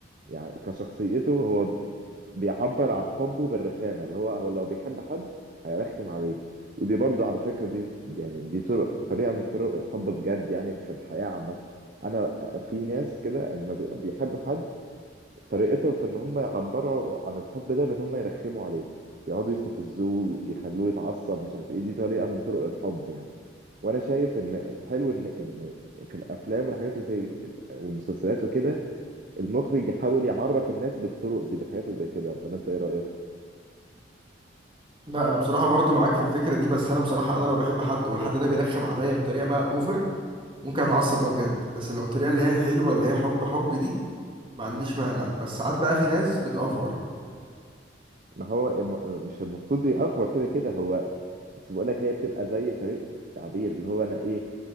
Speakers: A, on the right; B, on the right.
A: يعني كشخصيته هو بيعبر عن حبه بالرخامة اللي هو هو لو بيحب حد هيرخم عليه ودي برضو على فكرة دي يعني دي طرق طريقة من طرق الحب بجد يعني في الحياة عامة أنا في ناس كده لما بي- بيحبوا حد طريقتهم في إن هم يعبروا عن الحب ده بإن هم يرخموا عليه يقعدوا يستفزوه يخلوه يتعصب مش عارف إيه دي طريقة من طرق الحب يعني وأنا شايف إن الحلو إن إن في الأفلام والحاجات اللي زي والمسلسلات وكده المخرج يحاول يعرف الناس بالطرق دي بالحاجات اللي زي كده ولا أنت إيه رأيك؟
B: لا انا بصراحه برضو معاك في الفكره دي بس انا بصراحه انا لو بحب حد والحد ده بيرخم عليا بطريقه بقى اوفر ممكن اتعصب بقى بجد بس لو الطريقه اللي هي الحلوه اللي هي حب حب دي ما عنديش مانع بس ساعات بقى في ناس بتأفور
A: ما هو الم- مش المفروض يأفور كده كده هو بس بقول لك هي بتبقى زي طريقته في التعبير اللي هو انا ايه